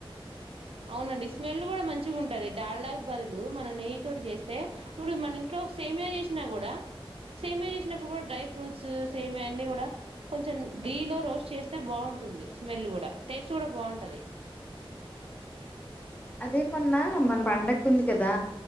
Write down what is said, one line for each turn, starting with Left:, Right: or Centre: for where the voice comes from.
Right: అవునండి స్మెల్ కూడ మంచి ఉంటంది డాల్డాగ బదులు మనం నెయ్యి తోటి చేస్తే ఇప్పుడు మన ఇంట్లో సేమియా చేసినా కూడా సేమియా చేసినప్పుడు కూడా డ్రై ఫ్రూట్స్ సేమియా అన్నిీ కూడా కొంచెం ఘీ లో రోస్ట్ చేస్తే బాగుంటుంది స్మెల్ కూడ టేస్ట్ కూడా బాగుంటది
Left: అదేమన్నా మన పండక్కా ఉంది కదా